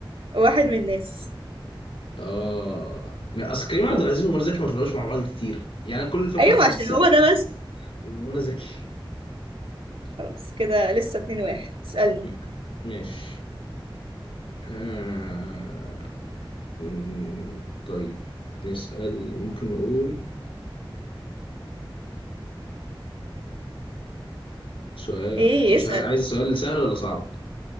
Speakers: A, on the right (about 85°); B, on the left (about 80°).
A: واحد من الناس
B: اه ما اصل كريم عبد
A: شوف.
B: العزيز ومنى زكي ما طلعوش مع بعض كتير يعني كل الفكره
A: ايوه
B: احمد
A: عشان
B: السقا
A: هو ده بس
B: ومنى زكي
A: خلاص كده لسه اتنين واحد اسألني
B: م- ماشي آه... م- طيب نسأل ممكن نقول سؤال
A: ايه
B: مش
A: اسأل
B: عاي- عايز سؤال سهل ولا صعب